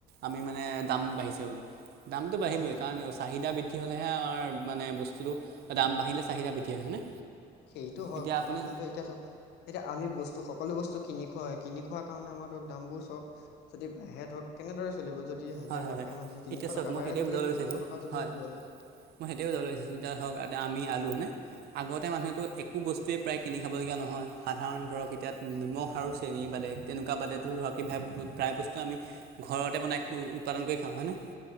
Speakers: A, on the right; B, on the left.
A: আমি মানে দাম বাঢ়িছে বুলি দামটো বাঢ়িবই
B: হয় হয়
A: কাৰণ চাহিদা বিদ বৃদ্ধি হ'লেহে আমাৰ মানে বস্তুটো দাম বাঢ়িলে চাহিদা বৃদ্ধি হয়, হয়নে।
B: সেইটো হয়
A: এতিয়া
B: কথাটো
A: আপুনি
B: কিন্তু এতিয়া চাওক এতিয়া আমি বস্তু সকলো বস্তু। কিনি খোৱা হয় কিনি খোৱা কাৰণে আমাৰ ধৰক দামবোৰ চব যদি বাঢ়ে ধৰক কেনেদৰে চলিব যদি হাজিৰা
A: হয় হয়
B: কৰি
A: হয়
B: পায় মানুহে তিনিশ
A: এতিয়া চাওক
B: টকা
A: মই
B: তাৰে
A: সেইটোৱে
B: যদি
A: বুজাবলৈ বিচাৰিছোঁ
B: দুশ টকা যদিহে
A: হয়
B: দিব লাগে।
A: মই <unintelligible> যাব লাগিছিল <unintelligible> আমি আলু নে? আগতে মানুহেতো একো বস্তুৱেই প্ৰায় কিনি খাবলগীয়া নহয় সাধাৰণ ধৰক এতিয়া নিমখ আৰু। চেনি বাদে তেনেকুৱা বাদেতো <unintelligible> প্ৰায় বস্তু আমি ঘৰতে বনাই। উৎপাদন কৰি খাওঁ হয়নে,